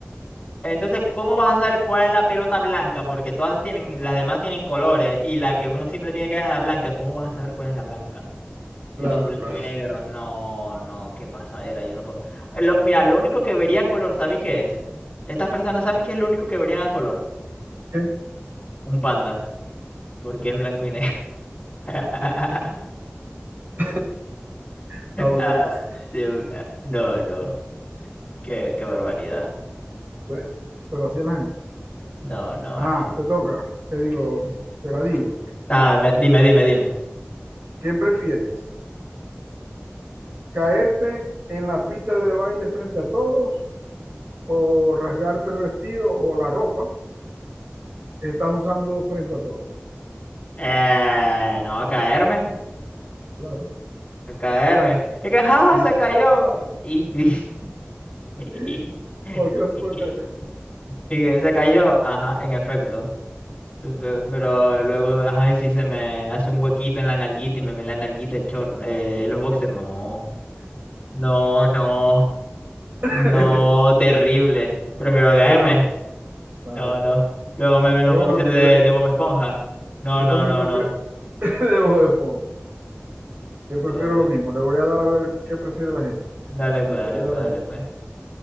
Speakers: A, on the left; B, on the right.
A: Entonces, ¿cómo vas a saber cuál es la pelota blanca? Porque todas tienen, las demás tienen colores y la que uno siempre tiene que ver es la blanca. ¿Cómo vas a saber cuál es la blanca?
B: Claro,
A: Si todo es blanco
B: claro.
A: y negro, no, no, qué pasadera, yo no puedo. Lo- mira, lo único que vería a color, ¿sabes qué es? Estas personas, ¿sabes qué es lo único que verían a color?
B: ¿Qué?
A: Un panda, porque es blanco y negro. <laughs>
B: <laughs> Está buena
A: Ah,
B: la cosa.
A: Dios- ah, no, no, qué, qué barbaridad.
B: Bueno, pero así es la gente.
A: No, no,
B: Ajá,
A: no.
B: te toca. Te digo, te la digo.
A: Ah, me- dime, dime, dime.
B: ¿Qué prefieres? ¿Caerte en la pista de baile frente a todos o rasgarte el vestido o la ropa que estás usando frente a todos?
A: Eh, no, caerme,
B: Claro,
A: caerme. Es que jaja
B: diría.
A: se cayó. Y, <laughs> y,
B: Sí,
A: y, y-
B: cualquiera
A: y-
B: se puede
A: y-
B: caer.
A: y se cayó, ajá, en efecto. Pe- Pero luego, ay y si se me hace un huequito en la nalguita y me ven la nalguita el chorro, eh, los boxers, no, no, no,
B: <laughs>
A: no, terrible, prefiero HM,
B: Bueno, claro.
A: no, no, luego me ven
B: Bueno,
A: los boxers de,
B: le-
A: de Bob Esponja, no,
B: yo
A: no,
B: también
A: no,
B: prefiero
A: no,
B: <laughs> de Bob Esponja. Yo prefiero
A: No, no.
B: lo mismo. Le voy a dar a ver qué prefiere la gente,
A: dale
B: o la
A: pues,
B: mayoría
A: dale
B: de
A: pues,
B: la
A: dale
B: gente.
A: pues,